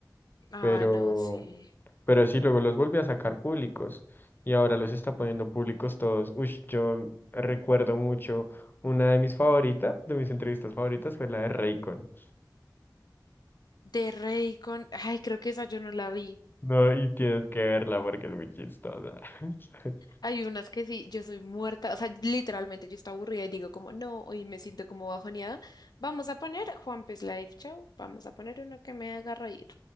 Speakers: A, on the left; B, on the left.
A: Ah,
B: pero,
A: no, sí.
B: pero sí, luego los volvió a sacar públicos y ahora los está poniendo públicos todos. Uy, yo recuerdo mucho, una de mis favoritas, de mis entrevistas favoritas fue la de Raycon.
A: De Raycon, ay, creo que esa yo no la vi.
B: No, y tienes que verla porque es muy chistosa. <laughs>
A: Hay unas que sí, yo soy muerta, o sea, literalmente yo estoy aburrida y digo como, no, hoy me siento como bajoneada. Vamos a poner Juan Pez Live Show, vamos a poner uno que me haga reír.